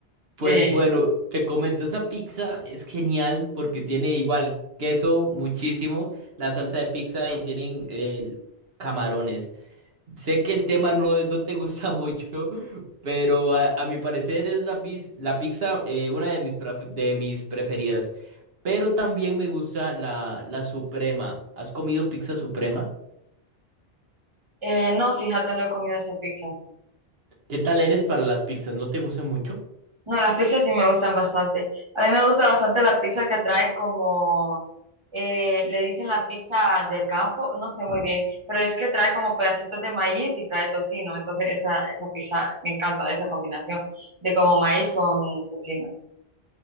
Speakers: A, on the right (about 30°); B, on the right (about 70°).
A: Sí.
B: Pues bueno, te comento, esa pizza es genial porque tiene igual queso muchísimo, la salsa de pizza y tienen eh, camarones. Sé que el tema no, no te gusta <laughs> mucho, pero a, a mi parecer es la, pis- la pizza eh, una de mis, pref- de mis preferidas. Pero también me gusta la, la suprema. ¿Has comido pizza suprema?
A: Eh, no, fíjate, no he comido esa pizza.
B: ¿Qué tal eres para las pizzas? ¿No te gustan mucho?
A: No, las pizzas sí me gustan bastante. A mí me gusta bastante la pizza que trae como, eh, le dicen la pizza de campo, no sé muy bien, pero es que trae como pedacitos de maíz y trae tocino. Entonces esa, esa pizza me encanta, esa combinación de como maíz con tocino.